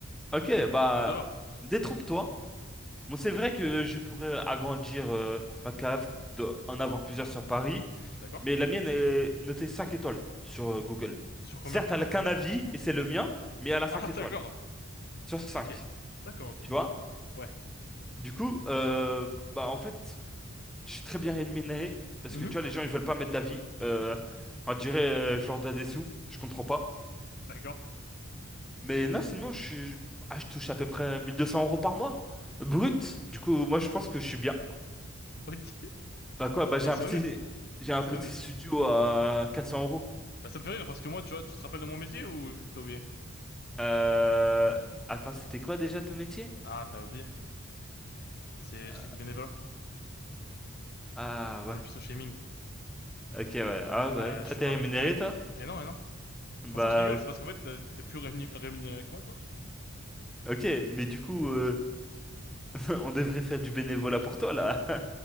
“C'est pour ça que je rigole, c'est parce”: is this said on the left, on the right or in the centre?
Left